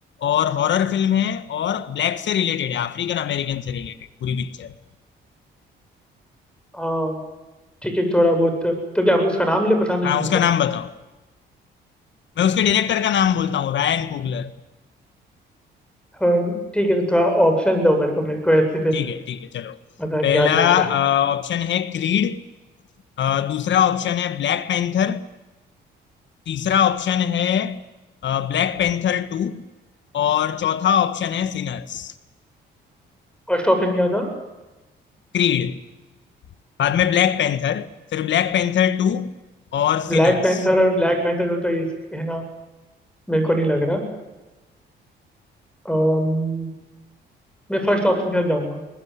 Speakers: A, on the left (about 65°); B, in the centre.
A: और हॉरर फिल्म है और ब्लैक से रिलेटेड है अफ्रीकन अमेरिकन से रिलेटेड पूरी पिक्चर
B: हाँ ठीक है थोड़ा बहुत तो क्या उसका नाम ले बताना है
A: हाँ
B: मेरे
A: उसका
B: को
A: नाम बताओ मैं उसके डायरेक्टर का नाम बोलता हूँ रायन कुगलर
B: हाँ, ठीक है तो थोड़ा ऑप्शन दो मेरे को मेरे को ऐसे से
A: ठीक है ठीक है चलो
B: पता
A: पहला
B: याद नहीं होगा
A: ऑप्शन है क्रीड अ, दूसरा ऑप्शन है ब्लैक पैंथर तीसरा ऑप्शन है ब्लैक पैंथर टू और चौथा ऑप्शन है सिनर्स
B: फर्स्ट ऑप्शन क्या था
A: क्रीड बाद में ब्लैक पैंथर फिर ब्लैक पैंथर टू और सिनर्स
B: ब्लैक पैंथर और ब्लैक पैंथर तो ये है ना मेरे को नहीं लग रहा अम्म, मैं फर्स्ट ऑप्शन के साथ जाऊंगा